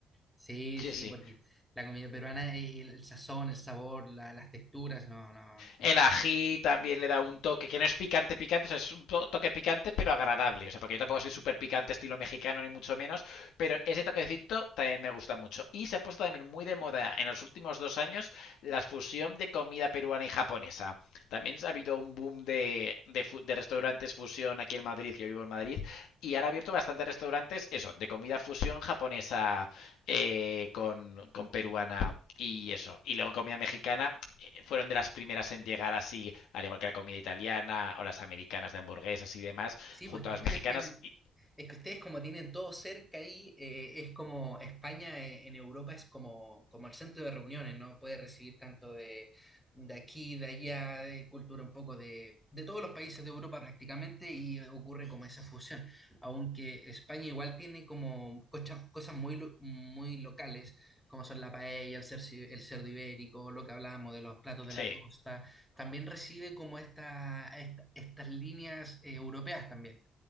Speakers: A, in the centre; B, on the left (about 85°).
A: Sí,
B: Sí,
A: sí,
B: sí.
A: porque la comida peruana, eh, el, sazón, el sabor, la- las texturas, no, no.
B: El ají también le da un toque que no es picante, picante, o sea, es un to- toque picante pero agradable. O sea, porque yo tampoco soy súper picante estilo mexicano ni mucho menos, pero ese toquecito también me gusta mucho. Y se ha puesto también muy de moda en los últimos dos años la fusión de comida peruana y japonesa. También ha habido un boom de, de de restaurantes fusión aquí en Madrid, yo vivo en Madrid, y han abierto bastantes restaurantes, eso, de comida fusión japonesa eh, con, con peruana y eso. Y luego comida mexicana eh, fueron de las primeras en llegar así, al igual que la comida italiana o las americanas de hamburguesas y demás,
A: Sí,
B: junto
A: pues que
B: a
A: ustedes
B: las mexicanas,
A: tienen,
B: y
A: es que ustedes como tienen todo cerca ahí, eh, es como España eh, en Europa es como, como el centro de reuniones, ¿no? Puede recibir tanto de, de aquí, de allá, de cultura un poco de, de todos los países de Europa prácticamente y ocurre como esa fusión. Aunque España igual tiene como cocha- cosas muy, lo- muy locales, como son la paella, el cerdo, el cerdo ibérico, lo que hablábamos de los platos de
B: se
A: la costa también recibe como esta, esta- estas líneas eh, europeas también.